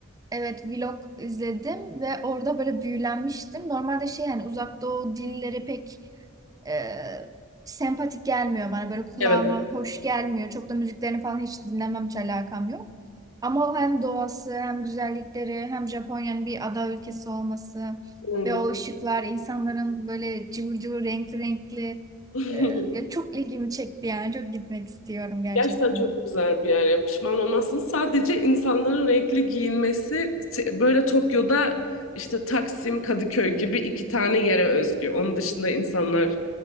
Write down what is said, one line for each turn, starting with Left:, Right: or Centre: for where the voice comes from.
Right: evet vlog izledim ve orada böyle büyülenmiştim. Normalde şey yani uzak doğu dilleri pek e, sempatik gelmiyor bana böyle kulağıma
Left: Evet.
Right: hoş gelmiyor. Çok da müziklerini falan hiç dinlemem hiç alakam yok. Ama o hem doğası hem güzellikleri hem Japonya'nın bir ada ülkesi olması
Left: aynen.
Right: ve o ışıklar insanların böyle cıvıl cıvıl renkli renkli
Left: <laughs>
Right: e, ya çok ilgimi çekti yani çok gitmek istiyorum gerçekten.
Left: Gerçekten çok güzel bir yer ya. Pişman olmazsın. Sadece insanların renkli giyinmesi t- böyle Tokyo'da işte Taksim, Kadıköy gibi iki tane yere özgü. Onun dışında insanlar